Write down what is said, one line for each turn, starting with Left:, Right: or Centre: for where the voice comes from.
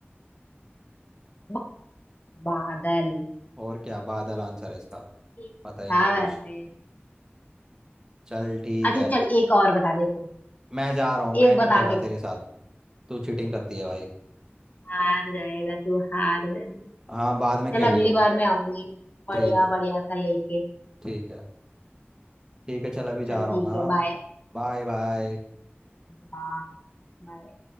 Left: ब- बादल
Right: और क्या बादल आंसर है इसका
Left: ठीक
Right: पता
Left: था
Right: ही नहीं है कुछ
Left: वैसे
Right: चल ठीक
Left: अच्छा
Right: है
Left: चल एक और बता दे तू
Right: मैं जा रहा हूँ
Left: एक
Right: मैं नहीं
Left: बता
Right: खेल रहा
Left: के जा
Right: तेरे साथ तू चीटिंग करती है भाई
Left: हार जाएगा तू हार जाएगा
Right: हाँ बाद में खेलियो
Left: चल अगली बार मैं आऊंगी बढ़िया
Right: ठीक है
Left: बढ़िया सा लेके
Right: ठीक है ठीक है चल अभी जा
Left: चल
Right: रहा
Left: ठीक
Right: हूँ मैं हाँ
Left: है बाय
Right: Bye bye
Left: बाय। Right